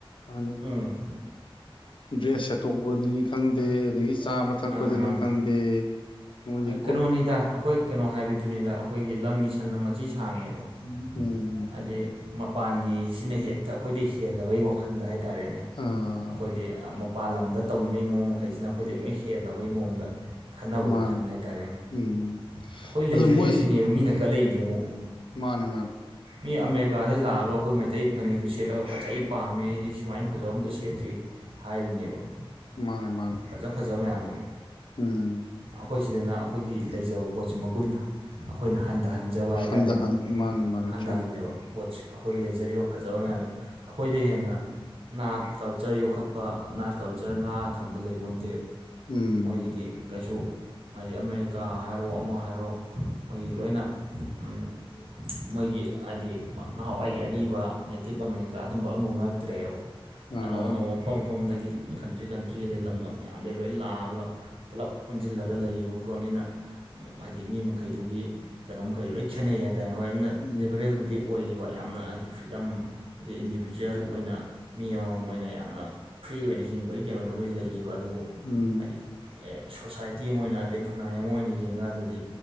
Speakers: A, on the left (about 60°); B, on the right (about 75°).
A: ꯑꯗꯤ
B: ꯎꯝ
A: ꯗ꯭ꯔꯦꯁ ꯁꯦꯠꯇꯣꯛꯄꯗꯅꯤ ꯈꯪꯗꯦ ꯑꯗꯒꯤ ꯆꯥꯕ ꯊꯛꯄꯗꯅꯤ
B: ꯃꯥꯅꯦ ꯃꯥꯅꯦ
A: ꯈꯪꯗꯦ ꯃꯣꯏꯗꯤ
B: ꯑꯩ
A: ꯀꯣ
B: ꯀꯩꯅꯣꯅꯤꯗ ꯑꯈꯣꯏ ꯀꯩꯅꯣ ꯍꯥꯏꯕꯤꯗꯨꯅꯤꯗ ꯑꯈꯣꯏꯒꯤ ꯂꯝꯒꯤ ꯁꯟꯅ ꯃꯆꯤ ꯁꯥꯡꯉꯦ ꯑꯗꯣ
A: ꯎꯝ ꯎꯝ
B: ꯍꯥꯏꯗꯤ ꯃꯄꯥꯟꯒꯤꯁꯤꯅ ꯍꯦꯛꯇ ꯑꯈꯣꯏꯗꯩꯩ ꯍꯤ ꯍꯦꯜꯂꯕꯩ ꯋꯥꯈꯟꯗ ꯍꯥꯏ ꯇꯥꯔꯦꯅꯦ
A: ꯑꯥ
B: ꯑꯈꯣꯏꯗꯩꯩ ꯑꯃꯞ ꯄꯥꯜꯂꯝꯗ ꯇꯧꯅꯔꯤ ꯃꯑꯣꯡ ꯃꯈꯩꯁꯤꯅ ꯑꯈꯣꯏꯗ ꯂꯣꯏ ꯍꯦꯜꯂꯕꯩ ꯃꯑꯣꯡꯗ ꯈꯟꯅꯕ
A: ꯃꯥꯅꯦ
B: ꯋꯥ ꯈꯟ ꯍꯥꯏꯇꯥꯔꯦꯅꯦ
A: ꯎꯝ
B: ꯑꯈꯣꯏ
A: ꯑꯗꯨ
B: ꯂꯩꯖꯔꯤꯞꯁꯤꯅꯦꯕ
A: ꯃꯣꯏ
B: ꯃꯤꯅ ꯀꯂꯛꯏꯗꯤ ꯑꯃꯨꯛ
A: ꯃꯥꯅꯦ ꯃꯥꯟ
B: ꯃꯤ ꯑꯃꯦꯔꯤꯀꯥꯗꯩ ꯂꯥꯛꯑꯒ ꯑꯈꯣꯏ ꯃꯩꯇꯩ ꯐꯅꯦꯛꯇꯨ ꯁꯦꯠꯂꯒ ꯐꯖꯩ ꯄꯥꯝꯃꯦ ꯑꯩꯗꯤ ꯁꯤ ꯁꯨꯃꯥꯏꯟ ꯐꯖꯕ ꯑꯝꯇ ꯁꯦꯠꯇ꯭ꯔꯤ ꯍꯥꯏꯔꯤꯅꯦꯕ
A: ꯃꯥꯅꯦ ꯃꯥꯟ
B: ꯐꯖ ꯐꯖ ꯃꯌꯥꯝꯗꯣ
A: ꯎꯝ
B: ꯑꯈꯣꯏ ꯁꯤꯗꯅ ꯑꯈꯣꯏꯒꯤ ꯂꯩꯖꯕ ꯄꯣꯠꯁꯤ ꯃꯒꯨꯟ ꯑꯈꯣꯏꯅ ꯍꯟꯗꯍꯟ ꯖꯕ ꯍꯥꯏꯇꯥꯔꯦꯅꯦ
A: ꯍꯟꯗ ꯍꯟ ꯃꯥꯅꯦ ꯃꯥꯅꯦ
B: ꯍꯟꯗꯍꯟꯂꯦꯕ
A: ꯆꯨꯝꯃꯤ
B: ꯄꯣꯠꯁꯤ ꯑꯈꯣꯏꯒꯤ ꯂꯩꯖꯔꯤꯕ ꯐꯖꯕ ꯃꯌꯥꯝꯅꯤ ꯑꯈꯣꯏꯗꯩꯩ ꯍꯦꯟꯅ ꯅꯥꯠ ꯀꯜꯆꯔ ꯌꯣꯛꯈꯠꯄ ꯅꯥꯠ ꯀꯜꯆꯔ ꯉꯥ ꯊꯝꯕ ꯂꯩꯕꯣꯟꯇꯦ
A: ꯎꯝ
B: ꯃꯣꯏꯒꯤꯗꯤ ꯀꯩꯁꯨ ꯍꯥꯏꯗꯤ ꯑꯃꯦꯔꯤꯀꯥ ꯍꯥꯏꯔꯣ ꯑꯃ ꯍꯥꯏꯔꯣ ꯃꯣꯏꯒꯤꯗꯤ ꯂꯣꯏꯅ ꯎꯝ ꯃꯣꯏꯒꯤ ꯑꯗꯤ ꯅꯍꯥꯟꯋꯥꯏꯒꯤ ꯑꯔꯤꯕ ꯅꯦꯇꯤꯞ ꯑꯃꯦꯔꯤꯀꯥ ꯑꯗꯨꯝꯕ ꯑꯃꯕꯧ ꯅꯠꯇ꯭ꯔꯦꯕ
A: ꯑꯥ
B: ꯑꯅꯧ ꯑꯅꯧꯕ ꯃꯐꯝ ꯃꯐꯝꯗꯒꯤ ꯀꯟꯇ꯭ꯔꯤ ꯀꯟꯇ꯭ꯔꯤꯗꯩ ꯂꯝ ꯂꯝ ꯃꯌꯥꯝꯗꯒꯤ ꯂꯣꯏ ꯂꯥꯛꯑꯒ ꯄꯨꯂꯞ ꯄꯨꯟꯖꯤꯜꯂꯒ ꯂꯩꯒꯤꯕ ꯈꯣꯠꯅꯤꯅ ꯎꯝ ꯍꯥꯏꯗꯤ ꯃꯤ ꯃꯈꯩꯗꯨꯒꯤ ꯀꯩꯅꯣ ꯃꯈꯩꯗꯨ ꯂꯣꯏ ꯈꯦꯠꯅꯩ ꯍꯥꯏ ꯇ ꯍꯣꯏ ꯑꯟꯅ
A: ꯎꯝ
B: ꯂꯤꯕꯔꯦꯜꯕꯨꯗꯤ ꯑꯣꯏꯒꯤꯕ ꯌꯥꯝꯅ ꯍꯥꯏꯗꯤ ꯐ꯭ꯔꯤꯗꯝ ꯑꯗꯤ ꯏꯟꯗꯤꯕꯤꯖꯨꯋꯦꯜ ꯑꯣꯏꯅ ꯃꯤ ꯑꯃꯃꯝ ꯑꯣꯏꯅ ꯌꯥꯝꯅ ꯐ꯭ꯔꯤ ꯑꯣꯏꯅ ꯍꯤꯡꯕꯩ ꯀꯩꯅꯣꯗꯕꯨ ꯂꯩ ꯒꯤꯕ ꯑꯗꯨꯕꯨ
A: ꯎꯝ
B: ꯍꯥꯏꯗꯤ ꯑꯦ ꯁꯣꯁꯥꯏꯇꯤ ꯑꯃ ꯑꯣꯏꯅ ꯑꯗꯩ ꯈꯨꯟꯅꯥꯏ ꯑꯃ ꯑꯣꯏꯅ ꯌꯦꯡꯒꯥꯟꯗꯗꯤ